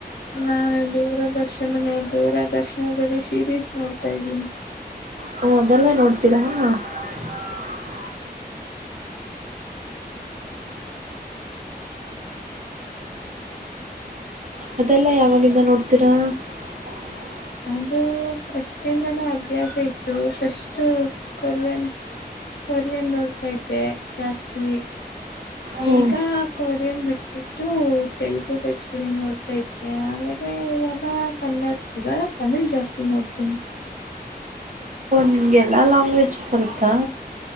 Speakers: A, on the left (about 90°); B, on the right (about 50°).
A: ನಾನು ದೂರದರ್ಶನನೇ ದೂರದರ್ಶನದಲ್ಲಿ ಸೀರೀಸ್ ನೋಡ್ತಾ ಇದ್ದೀನಿ
B: ಹ ಅದೆಲ್ಲ ನೋಡ್ತೀರಾ ಹ <unintelligible> ಅದೆಲ್ಲ ಯಾವಾಗಿಂದ ನೋಡ್ತ. <unintelligible>
A: ಅದು ಫಸ್ಟಿಂದನ ಅಭ್ಯಾಸ ಇತ್ತು ಫಸ್ಟ್ು ಕೊಲೆನೆ ಕೊರಿಯನ್ ನೋಡ್ತಾ ಇದ್ದೆ ಜಾಸ್ತಿ
B: ಹ್ಞೂ
A: ಈಗ ಕೊರಿಯನ್ ಬಿಟ್ಬಿಟ್ಟು ತೆಲುಗು ವೆಬ್ ಸೀರ ನೋಡ್ತಾ ಇದ್ದೆ ಆಮೇಲೆ ಇವಾಗ ಕನ್ನಡ ಇವಾಗ ತಮಿಳ್ ಜಾಸ್ತಿ ನೋಡ್ತೀನಿ
B: ನಿಮ್ಗೆಲ್ಲ ಲಲ್ಾಂಗ್ವೇಜ್ ಬರುತ್ತಾ